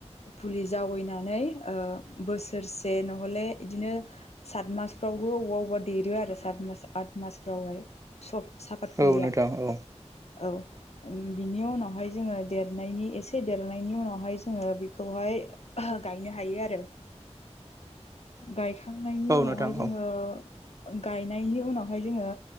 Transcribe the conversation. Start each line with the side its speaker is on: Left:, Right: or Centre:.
Left: फुलि जावैनानै नै बोसोरसे नहले बिदिनो सात मासफ्रावबो अबावबा अबावबा देरो आरो सात मास आत मास फ्रावहाय स साफात फुलिया
Right: औ नोंथां औ
Left: औ। बेनि उनावहाय जोङो देरनायनि एसे देरनायनि उनावहाय जोङो बेखौहाय गायनो हायो। यो आरो। गायखांनायनि
Right: औ
Left: उनावहाय
Right: नोंथां
Left: जोङो
Right: औ
Left: गायनायनि उनावहाय जोङो